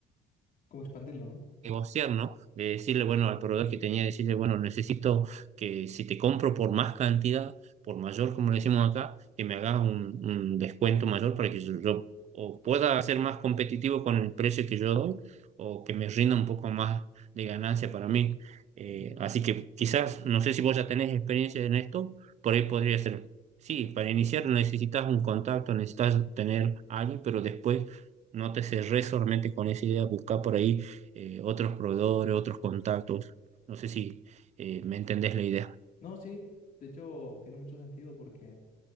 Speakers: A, on the left; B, on the right.
A: Como expandirlo, ¿no?
B: negociar, ¿no? De decirle, bueno, al proveedor que tenía, decirle, bueno, necesito que si te compro por más cantidad, por mayor, como le decimos acá, que me hagas un, un descuento mayor para que yo, yo o pueda ser más competitivo con el precio que yo doy o que me rinda un poco más de ganancia para mí. Eh,
A: Ujú.
B: así que quizás, no sé si vos ya tenés experiencia en esto, por ahí podría ser. Sí, para iniciar necesitas un contacto, necesitas tener a alguien, pero después no te cerrés solamente con esa idea, buscar por ahí eh, otros proveedores, otros contactos. No sé si eh, me entendés la idea.
A: No, sí. De hecho, tiene mucho sentido porque